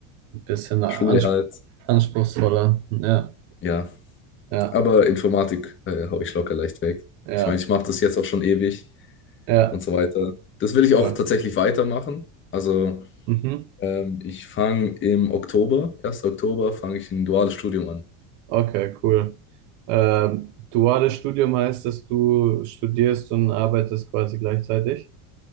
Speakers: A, on the right; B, on the left.
A: Ein bisschen ans
B: Schule halt.
A: anspruchsvoller. Ja,
B: Ja,
A: ja,
B: aber Informatik äh, hau ich locker leicht weg.
A: ja,
B: Ich meine, ich mache das jetzt auch schon ewig
A: ja.
B: und so weiter. Das will ich auch
A: Voll.
B: tatsächlich weitermachen. Also
A: Mhm.
B: ähm, ich fange im Oktober, 1. Oktober, fange ich ein duales Studium an.
A: Okay, cool. Ähm, duales Studium heißt, dass du studierst und arbeitest quasi gleichzeitig?